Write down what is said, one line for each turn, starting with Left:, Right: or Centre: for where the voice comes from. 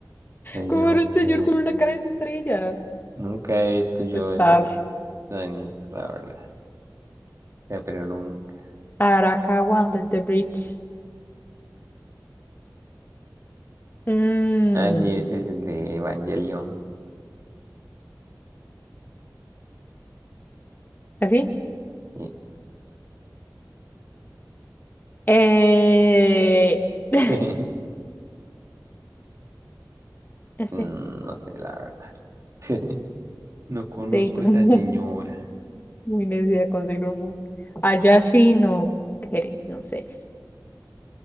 Right: Ay,
Left: Como
Right: yo no
Left: era
Right: sé.
Left: un señor con una cara de estrella.
Right: Nunca he visto yo
Left: Star.
Right: esas animes, la verdad. O sea, pero nunca.
Left: Arakawa Under the Bridge. Mm,
Right: Ah, sí, ese es el de Evangelion.
Left: ¿así?
Right: Sí.
Left: Eh, <laughs>
Right: <laughs>
Left: este,
Right: Mm, No sé, la verdad. <laughs> No conozco
Left: Sailor
Right: a esa
Left: Moon.
Right: señora.
Left: <laughs> Muy necia con Sailor Moon. Ayashi no Kere, no sé.